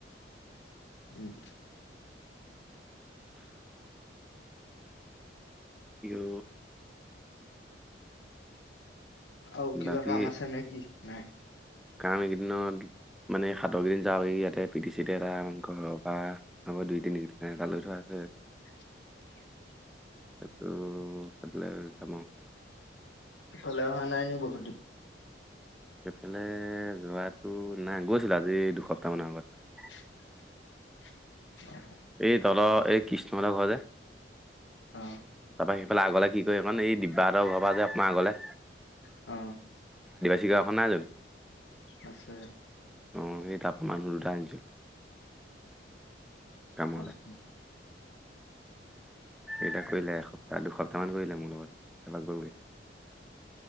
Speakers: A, on the left; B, in the centre.
A: উম।
B: ইউ
A: আৰু কিবা
B: বাকী
A: কাম আছে নে কি? নাই?
B: কাম এইকেইদিনত মানে সাতৰকেইদিন যাওঁ। এই ইয়াতে পিটি-চিটে এটা ঘৰৰ পৰা হ'ব দুই-তিনি এটা লৈ থোৱা আ ছে।
A: <unintelligible>
B: সেইটো কাটিলে জানোঁ।
A: কলে অহা নাই নি বহুত দিন?
B: এইফালে যোৱাটো নাই- গৈছিলোঁ, আজি দুসপ্তাহ মানৰ আগত।
A: <unintelligible> অ'।
B: এই তলৰ এই কৃষ্ণমলা ঘৰ যে
A: অ'।
B: তাৰপৰা সেইফালে আগলে কি কয় এইকণ, এই দিব্যাহঁতৰ ঘৰৰপৰা যে অকনমান আগলে
A: অ'।
B: থিকা এখন নাই জানো?
A: আছে।
B: অ' সেই তাত মানুহ দুটা আনিছিলোঁ। কামলে
A: অ'।
B: সেইকেইটা কৰিলে এসপ্তাহ- দুসপ্তাহমান কৰিলে মোৰ লগত। তাৰপৰা গ'লগে।